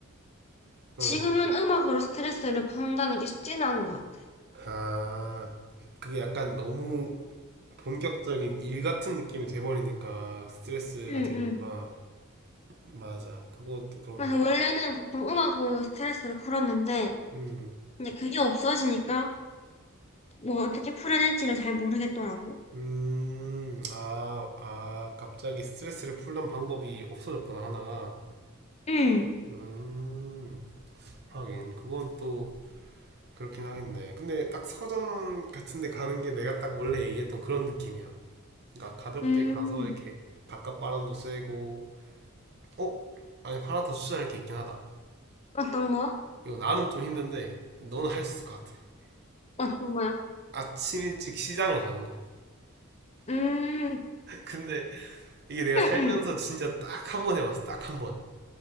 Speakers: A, on the right (about 50°); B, on the left (about 30°).
A: 응.
B: 지금은 음악으로 스트레스를 푼다는 게 쉽지는 않은 것 같아.
A: 아, 그게 약간 너무 본격적인 일 같은 느낌이 돼버리니까 스트레스가
B: 응,
A: 되는구나.
B: 응.
A: 맞아. 그건 또 그런
B: 그래서
A: 것 같아.
B: 원래는 보통 음악으로 스트레스를 풀었는데
A: 음,
B: 이제 그게 없어지니까 뭐 어떻게 풀어야 될지를 잘 모르겠더라고.
A: 음, 아, 아, 갑자기 스트레스를 풀던 방법이 없어졌구나, 하나가.
B: 응.
A: 음, 하긴. 그건 또 그렇긴 하겠네. 근데 딱 서점 같은 데 가는 게 내가 딱 원래 얘기했던 그런 느낌이야. 그러니까 가볍게
B: 음.
A: 가서 이렇게 바깥 바람도 쐬고, 어? 아니, 하나 더 추천할 게 있긴 하다.
B: 어떤 거?
A: 이거 나는 좀 힘든데, 너는 할 수 있을 것 같아.
B: 어떤 거야?
A: 아침 일찍 시장을 가는 거.
B: 음,
A: 근데 이게 내가 살면서
B: 응
A: 진짜 딱 한 번 해봤어. 딱 한 번.